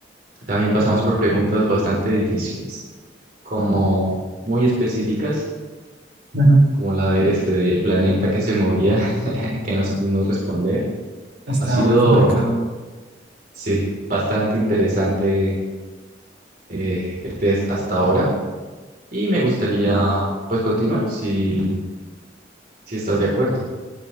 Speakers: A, on the right; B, on the right.
A: también pasamos por preguntas bastante difíciles, como muy específicas,
B: <laughs>
A: como la de este, del planeta que se movía <laughs> que no supimos responder
B: Está
A: Ha sido,
B: muy complicado.
A: sí, bastante interesante eh, el test hasta ahora y me gustaría pues continuar si, si estás de acuerdo